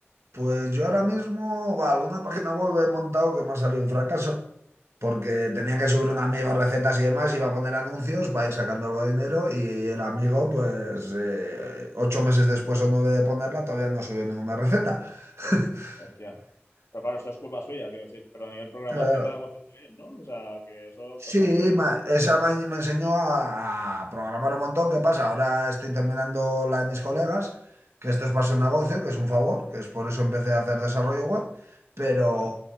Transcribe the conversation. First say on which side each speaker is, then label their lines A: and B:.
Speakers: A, on the right (about 80°); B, on the left (about 80°).
A: Pues yo ahora mismo, va, alguna página web he montado que me ha salido un fracaso. porque tenía que subir un amigo recetas y demás, iba a poner anuncios para ir sacando algo de dinero y el amigo, pues eh, ocho meses después o nueve de ponerla, todavía no subió ninguna receta. <laughs>
B: Hostia. Pero claro, eso es culpa suya, quiero decir. Pero a nivel programación
A: Claro, claro.
B: la web está bien, ¿no? O sea, que eso
A: Sí,
B: te ha salido bien.
A: ma- esa me, me enseñó a, a programar un montón. ¿Qué pasa? Ahora estoy terminando la de mis colegas, que esto es para su negocio, que es un favor, que es por eso empecé a hacer desarrollo web, pero,
B: Vale.